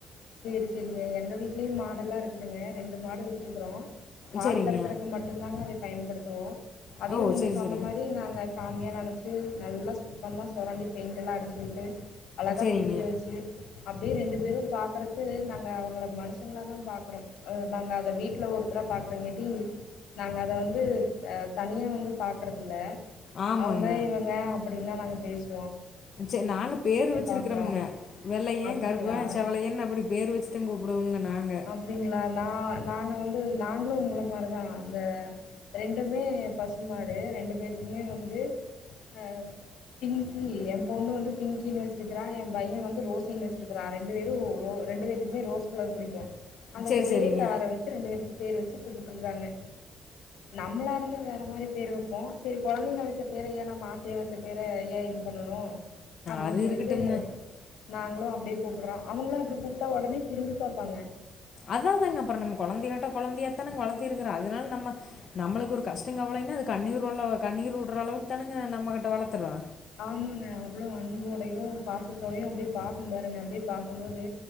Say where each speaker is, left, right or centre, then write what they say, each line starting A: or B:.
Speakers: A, on the left; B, on the left.
A: சேரி சேரிங்க எங்க வீட்லியு மாடெல்லா இருக்குதுங்க ரெண்டு மாடு வச்சிருக்கிறோ பால்
B: சரிங்க.
A: கறக்குறக்கு மட்டு தாங்க அதய் பயன்படுத்துவோ அதயு
B: ஓ!
A: நீங்க
B: சரி,
A: சொன்ன
B: சரி.
A: மாரி நாங்க சாமியா நெனச்சு நல்லா சுத்தமா சொரண்டி பெயிண்டெல்லா அடிச்சு விட்டு அழகாக
B: சரிங்க.
A: குளிக்க வச்சு அப்டியே ரெண்டு பேரு பாக்குறக்கு நாங்க அவுங்கள மனுஷங்களா தா பாக்றோ அ நாங்க அத வீட்ல ஒருத்தரா பாக்குறங்கெட்டி நாங்க அத வந்து தனியா வந்து பாக்றதில்ல
B: ஆமாங்க.
A: அவுங்க இவுங்க அப்டின் தா நாங்க பேசு
B: சேர் நாங்க பேரு வெச்சிருக்கிறம்ங்க
A: பார்க்குறோம்.
B: வெள்ளயே
A: அப்படிங்களா?
B: கருப்பே செவளயன்னு அப்டி பேரு வெச்சுதா கூப்பிடுவோங்க நாங்க
A: அப்டிங்களா நா நாங்க வந்து நாங்களு உங்கள மாரிதா அந்த ரெண்டுமே பசுமாடு ரெண்டு பேத்துக்குமே வந்து அ பிங்கி எ பொண்ணு வந்து பிங்கினு வெச்சிருக்கிறா எ பையே வந்து ரோஸின் வெச்சிருக்கிறா ரெண்டு பேரு ரோ ரெண்டு பேர் த்துகுமே ரோஸ் கலர் புடிக்கு அந்த
B: சரி,
A: ஒரே
B: சரிங்க.
A: கலர வெச்சு ரெண்டு பேத்துக்கு பேர் வெச்சு கூப்புட்ருக்கறாங்க நம்ளா இருந்தா வேற மாரி பேரு வெப்போ சேரி கொழந்தைங்க வெச்ச பேர ஏ நம்ம ஆசைய வெச்ச பேர ஏ இது பண்ணணு அப்டின்
B: அது
A: சொல்லிட்டு
B: இருக்கட்டும்ங்க.
A: நாங்களு அப்டியே கூப்பட்றோ அவங்களு அப்டி கூப்ட்டா ஒடனே திரும்பி பாப்பாங்க
B: அத அதாங்க அப்றோ நம்ம கொழந்தயாட்ட கொழந்தையாத்தானங்க வளத்து இருக்கிறோ அதனால நம்ம நம்மளுக்கு ஒரு கஷ்டங் கவலைன்னா அது கண்ணீர் உள்ள கண்ணீர் வுட்ற அளவுக்கு தானங்க நம்ம கிட்ட வளத்தர்றோ
A: ஆமாங்க அவ்ளோ அன்போடையு பாசத்தோடையு அப்டியே பாக்கு பாருங்க அப்டியே பாக்கும்போது